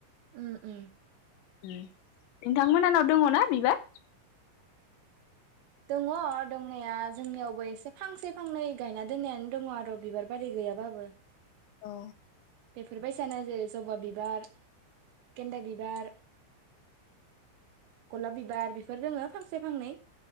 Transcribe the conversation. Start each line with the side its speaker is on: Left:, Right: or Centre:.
Right: उम उम
Left: उम नोंथांमोनानाव दङ ना बिबार
Right: दङ दंनाया जोंनियावबो एसे फांसे फांनै गायना दोननायानो दङ आरो बिबार बारि गैयाबाबो
Left: औ
Right: बेफोरबायसानो जेरै जबा बिबार गेन्दा बिबार गलाब बिबार बेफोर दोङो फांसे फांनै